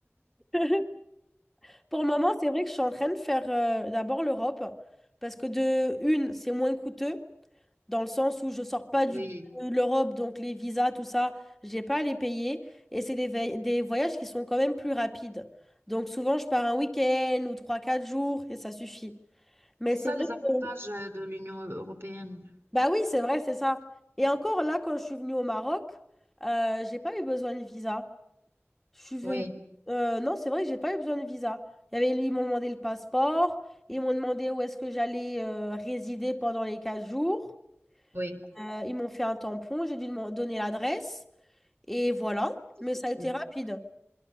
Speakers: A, in the centre; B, on the right.
A: <laughs> pour le moment, c'est vrai que je suis en train de faire euh, d'abord l'Europe. Parce que de une, c'est moins coûteux. dans le sens où je sors pas
B: Oui,
A: du, de l'Europe, donc les visas, tout ça, j'ai pas à les payer. Et c'est des, vei- des voyages qui sont quand même plus rapides. Donc souvent, je pars un week-end ou trois quatre jours et ça suffit. Mais
B: c'est
A: c'est
B: ça
A: vrai
B: les avantages
A: que...
B: euh, de l'Union européenne.
A: Bah oui, c'est vrai, c'est ça. Et encore là, quand je suis venue au Maroc, euh, j'ai pas eu besoin de visa. Je suis venue...
B: Oui,
A: euh, non, c'est vrai que j'ai pas eu besoin de visa. Il y avait... Ils m'ont demandé le passeport, ils m'ont demandé où est-ce que j'allais euh, résider pendant les 4 jours.
B: oui.
A: Euh, ils m'ont fait un tampon, j'ai dû me donner l'adresse et voilà.
B: c'est
A: Mais ça
B: sûr.
A: a été rapide.